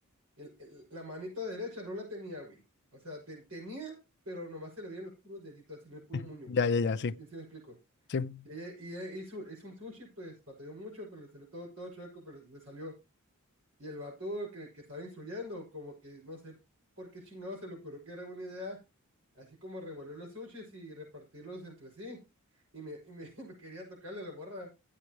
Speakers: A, on the right (about 75°); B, on the left (about 55°).
A: el- el- la manita derecha no la tenía, güey. O sea, te- tenía, pero nomás se le veían los puros deditos, así en el puro
B: <laughs>
A: muño,
B: Ya,
A: güey.
B: ya,
A: No
B: ya,
A: sé si,
B: sí,
A: si me explico.
B: sí. <laughs>
A: Y ella, y ella hizo, hizo un sushi, pues batalló mucho, pero le salió todo, todo chueco, pero le salió. Y el vato que, que estaba instruyendo, como que no sé por qué chingado se le ocurrió que era buena idea, así como revolver los sushis y repartirlos entre sí. Y me, y me, <laughs> me quería tocarle a la morra.